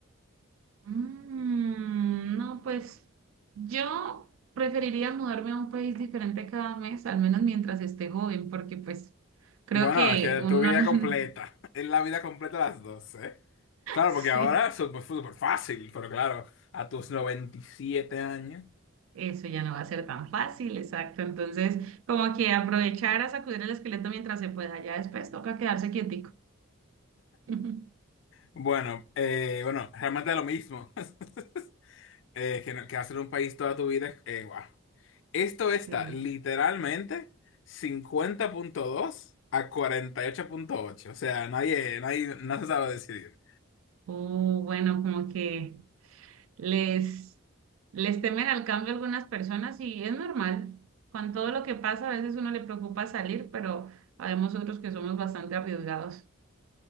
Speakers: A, on the right; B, on the left.
A: Mm, no, pues yo preferiría mudarme a un país diferente cada mes, al menos mientras esté joven, porque pues creo
B: Bueno,
A: que
B: es que
A: uno...
B: tu vida
A: <laughs>
B: completa, <laughs> es la vida completa las dos, ¿eh? Claro,
A: Sí.
B: porque ahora es súper súper fácil, pero claro, a tus 97 años.
A: Eso ya no va a ser tan fácil, exacto. Entonces, como que aprovechar a sacudir el esqueleto mientras se pueda, ya después toca quedarse quietico. <laughs>
B: Bueno, eh, bueno, realmente es lo mismo. <laughs> Eh, que, no- que hacer un país toda tu vida, eh, guau. Esto está
A: Cierto.
B: literalmente cincuenta punto dos a cuarenta y ocho punto ocho O sea, nadie, nadie, no se sabe decidir.
A: O bueno, como que les, les temen al cambio algunas personas y es normal. Con todo lo que pasa, a veces uno le preocupa salir, pero habemos otros que somos bastante arriesgados.